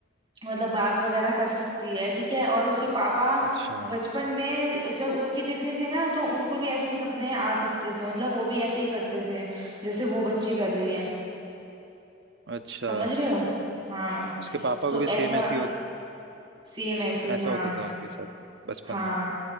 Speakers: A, on the right (about 25°); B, on the right (about 60°).
A: मतलब बात वगैरह कर सकती है ठीक है और उसके पापा
B: अच्छा
A: बचपन में जब उसके जितने थे ना तो उनको भी ऐसे ही सपने आ सकते थे मतलब वो भी ऐसे ही करते थे जैसे वो बच्ची कर रही है
B: अच्छा
A: समझ रहे हो हाँ
B: उसके पापा
A: तो
B: को भी सेम
A: ऐसा
B: ऐसी हो,
A: सेम ऐसे ही
B: ऐसा
A: हाँ
B: होता था उनके साथ बचपन
A: हाँ
B: में